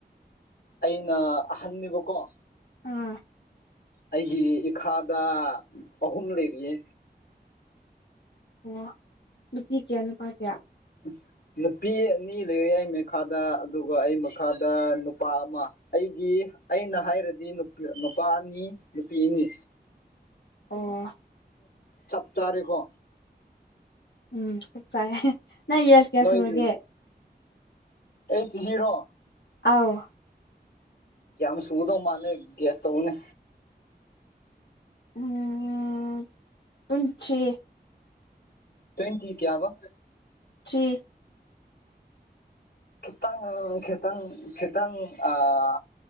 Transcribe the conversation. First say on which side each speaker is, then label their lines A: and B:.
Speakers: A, on the left (about 70°); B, on the left (about 80°).
A: ꯑꯩꯅ ꯑꯍꯟꯅꯦꯕꯀꯣ
B: ꯑꯥ
A: ꯑꯩꯒꯤ ꯏꯈꯥꯗ ꯑꯍꯨꯝ ꯂꯩꯔꯤꯌꯦ
B: ꯑꯣ ꯅꯨꯄꯤ ꯀꯌꯥ ꯅꯨꯄꯥ ꯀꯌꯥ
A: <unintelligible> ꯅꯨꯄꯤ ꯑꯅꯤ ꯂꯩꯔꯦ ꯑꯩ ꯃꯈꯥꯗ ꯑꯗꯨꯒ ꯑꯩ ꯃꯈꯥꯗ ꯅꯨꯄꯥ ꯑꯃ ꯑꯩꯒꯤ ꯑꯩꯅ ꯍꯥꯏꯔꯗꯤ ꯅꯣꯄꯤ ꯅꯨꯄꯥ ꯑꯅꯤ ꯅꯨꯄꯤ ꯑꯅꯤ
B: ꯑꯣ
A: ꯆꯞ ꯆꯥꯔꯤꯀꯣ
B: ꯎꯝ ꯆꯥꯏꯌꯦ ꯅꯪ ꯌꯥꯔꯁ ꯀꯥꯌꯥ
A: ꯅꯣꯏ
B: ꯁꯨꯔꯒꯦ
A: ꯑꯩ ꯆꯍꯤꯔꯣ
B: ꯑꯥꯎ
A: ꯌꯥꯝ ꯁꯨꯒꯗꯧ ꯃꯥꯜꯂꯦ ꯒ꯭ꯌꯥꯁ ꯇꯧꯕꯅꯦ
B: ꯇ꯭ꯋꯦꯟꯇꯤ ꯊ꯭ꯔꯤ
A: ꯇ꯭ꯋꯦꯟꯇꯤ ꯀꯌꯥꯕ
B: ꯊ꯭ꯔꯤ
A: ꯈꯤꯇꯪ ꯈꯤꯇꯪ ꯈꯤꯇꯪ ꯑꯥ